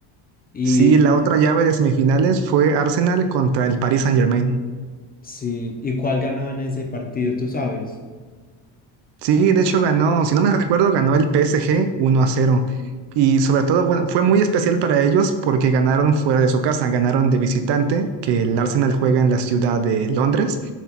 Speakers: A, on the left (about 20°); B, on the right (about 60°).
A: y
B: Sí, la otra llave de semifinales fue Arsenal contra el Paris Saint-Germain.
A: sí, ¿y cuál ganó en ese partido, tú sabes?
B: Sí, de hecho ganó, si no me recuerdo, ganó el PSG uno a cero. Y sobre todo, bueno, fue muy especial para ellos porque ganaron fuera de su casa, ganaron de visitante, que el Arsenal juega en la ciudad de Londres.